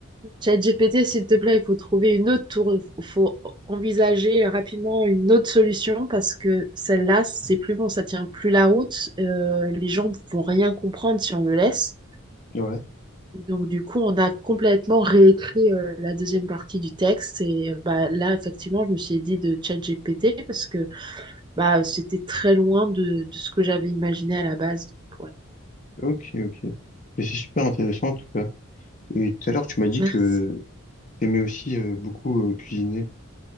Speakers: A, on the right; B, on the left.
A: ChatGPT, s'il te plaît, il faut trouver une autre tour, il faut envisager rapidement une autre solution parce que celle-là, c'est plus bon, ça tient plus la route. Euh, les gens vont rien comprendre si on le laisse.
B: Ouais,
A: Et donc, du coup, on a complètement réécrit euh, la deuxième partie du texte. Et euh, bah, là, effectivement, je me suis dit de ChatGPT parce que bah, c'était très loin de, de ce que j'avais imaginé à la base. Donc, ouais.
B: ok, ok. Mais c'est super intéressant, en tout cas. Et tout à l'heure, tu m'as dit
A: Merci.
B: que t'aimais aussi euh, beaucoup euh, cuisiner.